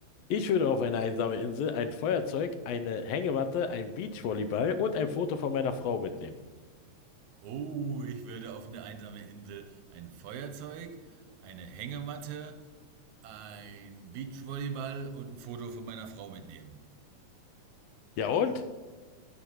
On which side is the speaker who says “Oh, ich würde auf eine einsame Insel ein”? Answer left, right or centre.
Right